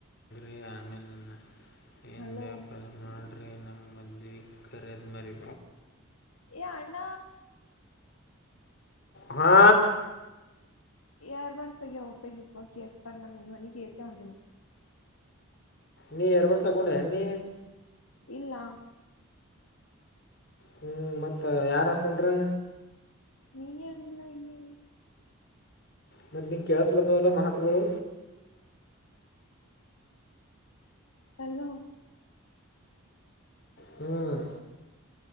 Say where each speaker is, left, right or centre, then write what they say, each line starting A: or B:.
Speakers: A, on the left; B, on the left.
A: ೀ ಆಮೇಲೆ ಏನ್
B: ಹಲೋ
A: ಬೇಪ ಮಾಡ ನಂಗ್ ಮಧ್ಯ ಕರೆದ್ ಮರಿ
B: ಏ ಅಣ್ಣ
A: ಹಾ
B: ಏರ್ ಬಾಡ್ಸ್ ತ ಇ ಕೇಸ್ೋನಿ ಕೆಸ ಉಿಲ್ಲ
A: ನೀ ಏರ್ಪಡ್ ಸಾಕೊಂಡೆ ಎ ನೀ
B: ಇಲ್ಲಾ
A: ಹ್ಮ್ ಮತ್ತ ಯಾರು ಹಾಕೊಂಡ್ರಿ
B: ನೀನ್ ಅಂಗಲ್ಲ ಇ
A: ಮತ್ತತ್ ನಿಂಗ ಕೇಳ್ಸ್ಲತ್ತವಲ್ಲ ಮಹತ್ಗಳು
B: ಹಲೋ
A: ಹ್ಮ್